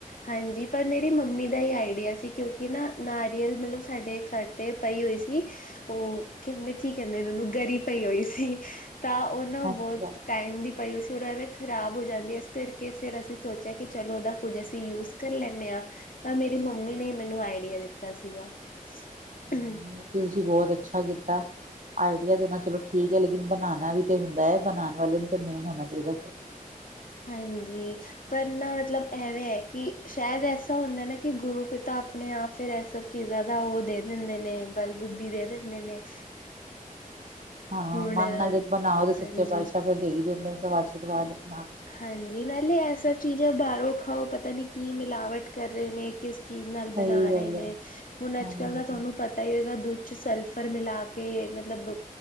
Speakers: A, on the left; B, on the right.
A: ਹਾਂਜੀ, ਪਰ ਮੇਰੀ ਮੰਮੀ ਦਾ ਹੀ ਆਈਡੀਆ ਸੀ ਕਿਉਂਕਿ ਨਾ ਨਾਰੀਅਲ ਮਤਲਬ ਸਾਡੇ ਘਰ 'ਤੇ ਪਈ ਹੋਈ ਸੀ। ਓਹ ਕਹਿੰਦੇ ਕੀ ਕਹਿੰਦੇ ਓਨੁ ਗਰੀ ਪਈ ਹੋਈ ਸੀ। ਤਾਂ ਓਨਾ
B: ਹਾਂਜੀ-ਹਾਂਜੀ।
A: ਬੋਹਤ ਟਾਈਮ ਦੀ ਪਈ ਹੋਈ ਸੀ ਓਹ ਨਾਲੇ ਖ਼ਰਾਬ ਹੋ ਜਾਂਦੀ ਇਸ ਕਰਕੇ ਫੇਰ ਅਸੀਂ ਸੋਚੇਆ ਕਿ ਚਲੋ ਓਦਾ ਕੁੱਝ ਅਸੀਂ ਯੂਜ ਕਰ ਲੈਂਦੇ ਹਾਂ ਤਾਂ ਮੇਰੀ ਮੰਮੀ ਨੇ ਮੈਨੂੰ ਆਈਡੀਆ ਦਿੱਤਾ ਤਾ ਸੀਗਾ
B: ਨਹੀਂ
A: <unintelligible>
B: ਤੁਸੀਂ ਬੋਹਤ ਅੱਛਾ ਕੀਤਾ ਆਈਡੀਆ ਦੇਣਾ ਚਲੋ ਠੀਕ ਏ ਲੇਕਿਨ ਬਨਾਂਣਾ ਵੀ ਤੇ ਹੁੰਦਾ, ਬਨਾਣ ਵਾਲੇ ਨੂੰ ਤਾਂ ਮੇਨ ਹੋਣਾ ਚਾਈਦਾ।
A: ਹਨਜੀ। ਪਰ ਨਾ ਮਤਲਬ ਐਵੇਂ ਹੈ ਕਿ ਸ਼ਾਇਦ ਐਸਾ ਹੁੰਦਾ ਨਾ ਕਿ ਗੁਰੂ ਪਿਤਾ ਆਪਣੇ ਆਪ ਫੇਰ ਐਸ ਚੀਜ਼ਾਂ ਦਾ ਓ ਦੇ ਦਿੰਦੇ ਨੇ, ਬਲਬੁੱਦੀ ਦੇ ਦਿੰਦੇ ਨੇ।
B: ਹਾਂ
A: ਹੁਣ
B: ਮਨ ਨਾ ਜਦ ਬਨਾਓ ਤਾਂ ਸੱਚੇ
A: ਹਾਂਜੀ
B: ਪਾਤਸ਼ਾਹ ਫੇਰ ਦੇ ਹੀ ਦਿੰਦੇ ਸਬ ਅਸ਼ੀਰਵਾਦ ਆਪਨਾ।
A: ਹਾਂਜੀ ਨਾਲੇ ਇਹ ਸਭ ਚੀਜ਼ਾਂ ਬਾਹਰੋਂ ਖਾਓ ਪਤਾ ਨੀ ਕੀ ਮਿਲਾਵਟ ਕਰ ਰਹੇ ਨੇ ਕਿਸ ਚੀਜ਼ ਨਾਲ
B: ਸਹੀ
A: ਬਣਾ ਰਹੇ
B: ਗੱਲ
A: ਨੇ
B: ਹੈ।
A: ਹੁਣ ਅੱਜ
B: ਹਾਂ
A: ਕੱਲ ਦਾ ਤੁਹਾਨੂੰ ਪਤ ਪਤਾ ਹੀ ਹੋਏਗਾ ਦੁੱਧ ਚ ਸਲਫਰ ਮਿਲਾ ਕੇ ਮਤਲਬ